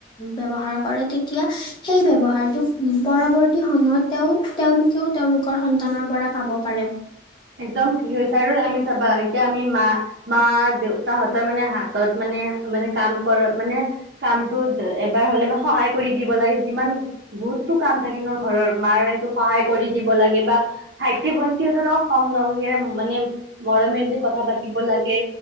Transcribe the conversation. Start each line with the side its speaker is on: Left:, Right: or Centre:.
Left: ব্য্ৱহাৰ কৰে তেতিয়া সেই ব্য্ৱহাৰটো পৰৱৰ্তী সময়ত তেওঁ তেওঁলোকেও তেওঁলোকৰ সন্তানৰ পৰা পাব পাৰে
Right: একদম ঠিক হৈছে আৰু আমি চাবা এতিয়া আমি মা মা দেউতাহঁতৰ মানে হাতত মানে মানে কাম কৰ মানে কামটোত এবাৰ হলে মানে সহায় কৰি দিব লাগে যিমান বহুতো কাম থাকে ন ঘৰৰ মাৰ সেইটো সহায় কৰি দিব লাগে বা ভাইটি ভণ্টিত অল খং নহ কিনে মানে মৰমেৰে দি কথা পাা কি বলকে